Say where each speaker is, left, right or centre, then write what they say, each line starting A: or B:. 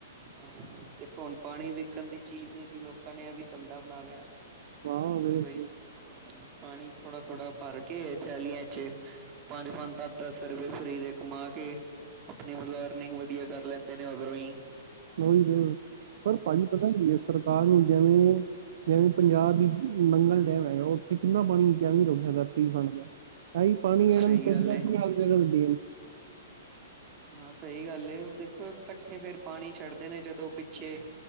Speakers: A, on the right; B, on the right.
A: ਹਾਂ ਤੇ ਹੁਣ ਪਾਣੀ ਵਿਚਣ ਦੀ ਚੀਜ਼ ਨੀ ਸੀ। ਲੋਕਾਂ ਨੇ ਇਹ ਵੀ ਧੰਦਾ ਬਣਾ ਲਿਆ।
B: ਹਾਂ ਵੇਖ
A: ਕਿ ਬਾਈ
B: ਲਓ
A: ਹਾਂ, ਪਾਣੀ ਥੋੜਾ-ਥੋੜਾ ਭਰ ਕੇ, ਥੈਲੀਆਂ ਚ ਪੰਜ-ਪੰਜ, ਦੱਸ-ਦੱਸ ਰੁਪਏ ਫਰੀ ਦੇ ਕਮਾ ਕੇ ਆਪਣੀ ਮਤਲਬ ਅਰਨਿੰਗ ਵਧੀਆ ਕਰ ਲੈਂਦੇ ਨੇ, ਓਧਰੋਂ ਹੀ।
B: ਉਹੀ ਤੇ, ਪਰ ਭਾਜੀ ਪਤਾ ਕੀ ਐ? ਸਰਕਾਰ ਨੂੰ ਜਿਵੇਂ ਜਿਵੇਂ ਪੰਜਾਬ ਹੀ, ਨੰਗਲ ਡੈਮ ਹੈਗਾ, ਉੱਥੇ ਕਿੰਨਾ ਪਾਣੀ ਏ। ਕਿ ਰੁਕਿਆਣ ਦਾ ਤਾਂ ਫਰੀ ਫੰਡ ਦਾ, ਇਹੀ ਪਾਣੀ
A: ਸਹੀ
B: ਇਹਨਾਂ ਨੂੰ ਚਾਹੀਦਾ
A: ਗੱਲ ਏ।
B: ਕਿ ਅਗੇ ਦੇਣ।
A: ਹਾਂ ਸਹੀ ਗੱਲ ਏ। ਦੇਖੋ, ਇਕੱਠੇ ਫੇਰ ਪਾਣੀ ਛੱਡਦੇ ਨੇ, ਜਦੋਂ ਪਿੱਛੇ